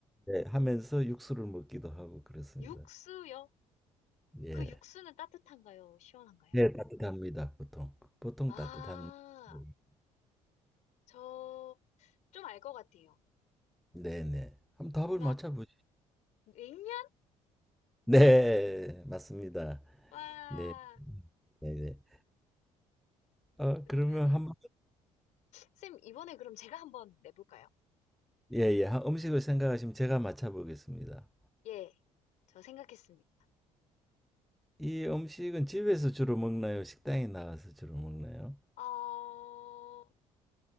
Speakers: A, in the centre; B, on the left.
A: 예, 하면서 육수를 먹기도 하고 그렇습니다.
B: 육수요?
A: 예.
B: 그 육수는 따뜻한가요? 시원한가요?
A: 네, 따뜻합니다. 보통. 보통
B: 아,
A: 따뜻한 음.
B: 저 좀 알 것 같아요.
A: 네네. 한번 답을
B: 정답,
A: 맞춰 보시.
B: 냉면?
A: 네, 맞습니다.
B: 와,
A: 네, 네, 네. 어,
B: 그러면은,
A: 그러면 한번
B: 쌤, 이번에 그럼 제가 한번 내볼까요?
A: 예, 예. 한 음식을 생각하시면 제가 맞춰 보겠습니다.
B: 예, 저 생각했습니다.
A: 이 음식은 집에서 주로 먹나요? 식당에 나가서 주로 먹나요?
B: 어,